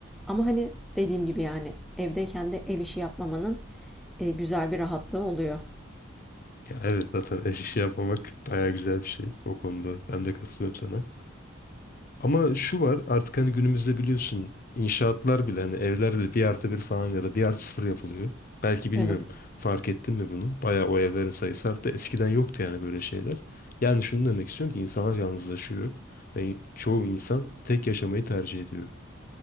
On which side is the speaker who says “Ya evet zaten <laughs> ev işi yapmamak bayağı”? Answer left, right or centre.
Left